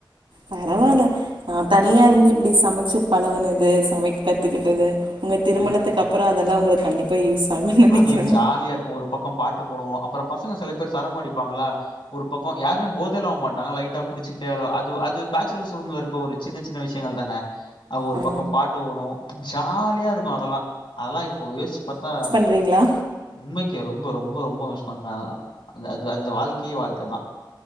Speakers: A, on the right; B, on the left.
A: பரவால்ல நா தனியா இருந்து இப்டி சமச்சு பழகுனது சமைக்க கத்துக்கிட்டது உங்க திருமணத்துக்கு
B: ம்.
A: அப்பறோ அதெல்லா உங்களுக் கண்டிப்பா யூஸ் ஆகுன் நெனைக்கிற
B: அதுவும் ஜாலியா இருக்கும். ஒரு பக்கம் பாட்டு போடுவோ அப்பறோ பசங்க சில பேர் சரக்கு அடிப்பாங்ளா ஒரு பக்கோ யாருமே போதைலா ஆவ்மாட்டாங்க லைட்டா குடிச்சுட்டே அது அது பேச்சுலர்ஸ் ரூம்ல இருக்க ஒரு சின்ன சின்ன விஷயங்கள்தான அ ஒரு
A: ஆ
B: பக்கோ பாட்டு ஓடு ஜாலியா இருக்கு அதெல்லா அதெல்லா இப்ப யோஷ்ச்சு பாத்தா
A: வரீங்ளா
B: உண்மைக்கே ரொம்போ ரொம்போ ரொம்போ மிஸ் பண்ற அதெல்லா அது அது அந்த வாழ்க்கையே வாழ்க்கதா